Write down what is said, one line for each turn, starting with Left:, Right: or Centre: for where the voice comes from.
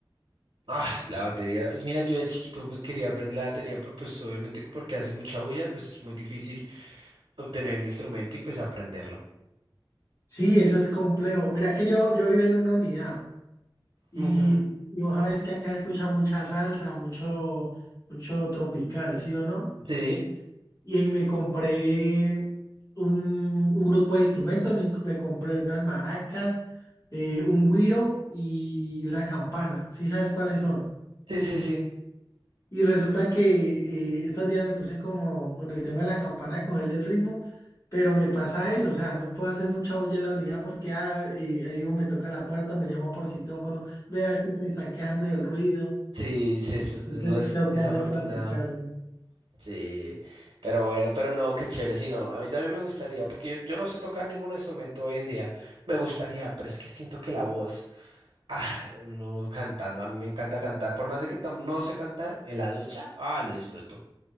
Right: Ah, la batería. Mira, yo de chiquito me quería aprender la batería, pero pues obviamente porque hace mucha bulla, pues es muy difícil obtener el instrumento y pues aprenderlo.
Left: Sí, eso es complejo. Mira que yo, yo vivo en una unidad y,
Right: Ujú.
Left: y vos sabés que acá se escucha mucha salsa, mucho, mucho tropical, ¿sí o no?
Right: Sí,
Left: Y ahí me compré un, un grupo de instrumentos, me, me compré unas maracas, eh, un güiro y una campana. ¿Sí sabes cuáles son?
Right: sí, sí, sí.
Left: Y resulta que eh, estos días me puse como con el tema de la campana a cogerle el ritmo, pero me pasa eso, o sea, no puedo hacer mucha bulla en la unidad porque ah, eh, ahí mismo me toca la puerta, me llama por citófono, vea que se están quejando del ruido,
Right: Sí, sí, eso es
Left: entonces
Right: lo des-
Left: tengo
Right: desafortunado.
Left: que dejar de practicarlo.
Right: Sí, pero bueno, pero no, qué chévere, sí, no. A mí también me gustaría, porque yo, yo no sé tocar ningún instrumento hoy en día. Me gustaría, pero es que siento que la voz. Ah, uno cantando, a mí me encanta cantar, por más de que tam- no sé cantar en la ducha, ah, lo disfruto.